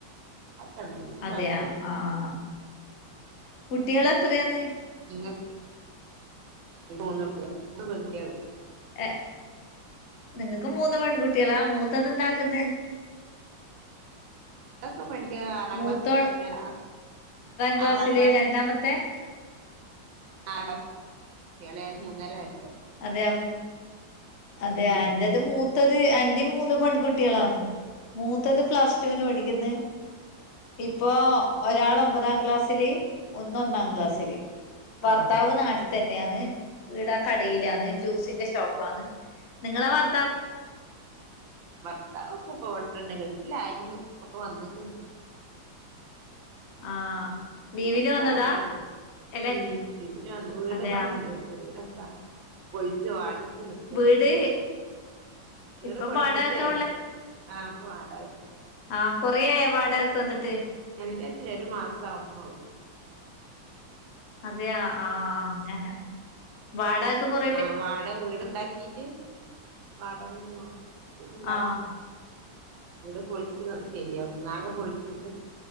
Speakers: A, on the right (about 80°); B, on the left (about 80°).
A: ആവൊക്കെണ്ടയ്ലൊന്നും
B: അതെയ
A: കൊയപ്പല്ല.
B: ആഹ് കുട്ട്യാളെത്രാന്ന്
A: നിങ്ങ മൂന്നുട്ട്യാള് മൂന്ന് പെങ്കുട്ട്യാ ള്
B: ഏ നിങ്ങക്കും മൂന്ന് പെങ്കുട്ട്യാളാ മൂത്തതെന്താക്ക്ന്നേ
A: ക്കെ പഠിക്കാ ആറാം
B: മൂത്തോൾ
A: ക്ലാസ് പഠിക്കുന്ന
B: ക്ലാസ്സില്
A: ആറാം ക്ലാസ്
B: രണ്ടാമത്തെ
A: ആ എളേത് മൂന്നര വയസായി
B: അതെയ അതെയ
A: ചെറുതിന്
B: എന്റത് മൂ മൂത്തത് എന്റീം മൂന്ന് പെങ്കുട്ട്യാളാണ് മൂത്തത് പ്ലസ് ട്ടുവിന് പഠിക്കുന്ന് ഇപ്പൊ ഒരാള് ഒമ്പതാം ക്ലാസ്സില് ഒന്ന് ഒന്നാം
A: ഉം
B: ക്ലാസ്സില് ഭർത്താവ്
A: ആഹ്
B: നാട്ടി തന്നേണ് ഇവടെ കടീലാന്ന് ജൂസിന്റെ ഷോപ്പാന്ന് നിങ്ങളെ ഭർ
A: ഭർത്താവ് ഇപ്പവടന്നെ ഗൾഫിലായിരുന്നു ഇപ്പ വന്ന്ക്ക്ണ്
B: ആഹ് ലീവിന്
A: ഭർത്താവ്
B: വന്നതാ
A: വടെണ്ട്
B: എല്ല
A: മ് ഇര്ന്ന് വീട്
B: അതെയാ
A: പണി വീടൊക്കാ പൊളിച്ചു വാടകക്ക് നിക്കണ
B: വീട്
A: ഇപ്പ വീട്
B: ഇപ്പം
A: പൊളിച്ചിട്ടേ
B: വാടകക്കാ
A: ആഹ് പോ ആട
B: ആഹ കൊറയ വാടകൊക്കെ വന്നിട്ട്
A: അല്ലല്ല ഒരു മാസം ആവുന്നുള്ളു
B: അതെയ ആ അങ്ങനെ വാടകക്കെ കൊറ
A: ആഹ് വാട വീടുണ്ടാക്കീട്ട് വാടകന്ന് മാറും ഇത്ണ്ടാക്കട്ടെ
B: ആഹ്
A: ഇീടെ പൊളിച്ച ശെരിയാ ഒന്നകെ പൊളിച്ചിട്ട്